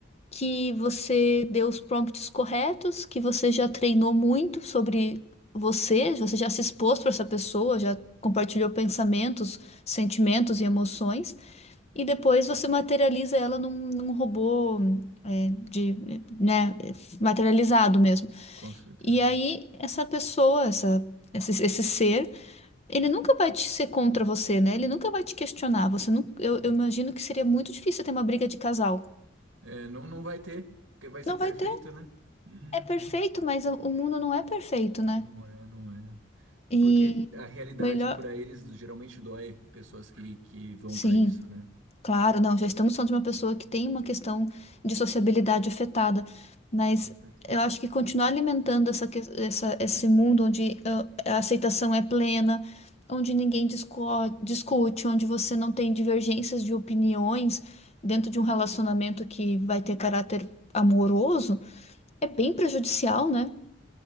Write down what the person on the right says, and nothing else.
Com certeza.
Uhum.
É, não, não vai ter, porque vai ser
perfeito,
né? Uhum.
Não é, não é.
Porque a realidade
para eles geralmente dói pessoas que, que vão
para isso, né?
Com certeza.